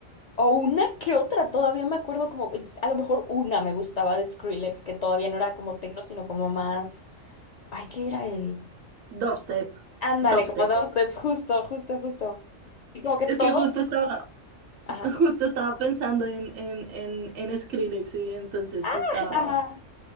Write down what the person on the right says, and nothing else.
Dubstep.
Dubstep.
Es
que justo estaba,
justo estaba pensando en, en, en, en Skrillex y entonces estaba,